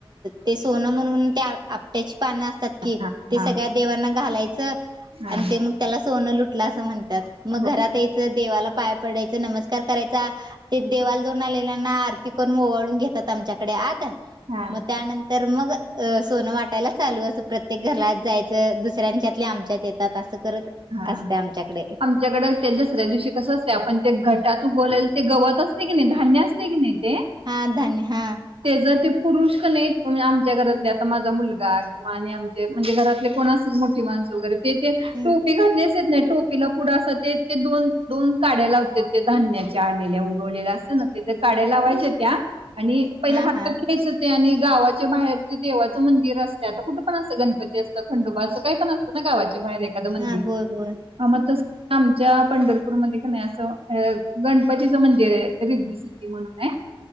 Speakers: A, on the right; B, on the right.
A: ते सोन म्हणून त्या आपट्याची पानं असतात. ते
B: हा हा
A: सगळ्या देवां की घालायचं.
B: हा
A: आणि ते मग त्याला सोनं लुटला असं म्हणते. मग
B: हो
A: घरात देवाला पाय पडायचं. नमस्कार करायचा, ते देवाला जाऊन आलेल्यांना आरती करून ओळून घेतात आमच्याकडे आत
B: हा
A: मग त्यानंतर तर मग अ सोनं वाटायला चालू असं प्रत्येक ते घरात जायचं. दुसऱ्यांच्यातले आमच्यात येतात असं करत
B: हा
A: असते आमच्याकडे
B: आमच्याकडे ते दसऱ्या दिवशी कस असते आपण ते घटात बोलाल ते गवत असते की नाही, धान्य असते की नाही. ते
A: हा धान्य हा
B: त्याचा ते पुरुष तस नाही आमच्या घरातले आता माझा मुलगा, किंवा आणि आमचे म्हणजे घरातले कोणा मोठी माणसं वगैरे ते ते टोपी
A: हम्म
B: घातली यस नाही टोपीला पुढं अस ते दोन दोन काड्या लावते ते धान्याच्या आलेल्या उगवलेल्या असे ना तेथ काढ्या लावायच्या त्या आणि पहिला
A: हा
B: हातात
A: हा
B: घ्यायचं ते आणि गावाच्या बाहेर जे देवाचं मंदिर असते. आता कुठं पण असतं गणपती असतं खंडोबा असं काही पण असतं ना गावाच्या बाहेर. एद मंदिर
A: हा होय होय
B: हा मग तस आमच्या पंढरपूरमध्येध्ये नाही असं गणपतीचं मंदिर आहे रिद्ध सिद्धी म्हणून आहे.